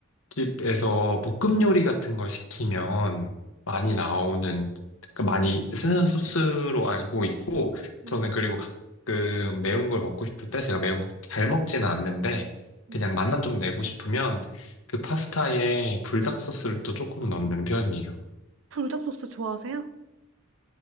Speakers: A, on the left (about 80°); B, on the right (about 65°).
A: 집에서 볶음 요리 같은 걸 시키면 많이 나오는, 그러니까 많이 쓰는 소스로 알고 있고,
B: 음,
A: 저는 그리고 가끔 매운 걸 먹고 싶을 때 제가 매운 걸 잘 먹지는 않는데,
B: 네.
A: 그냥 맛만 좀 내고 싶으면 그 파스타에 불닭 소스를 또 조금 넣는 편이에요.
B: 불닭 소스 좋아하세요?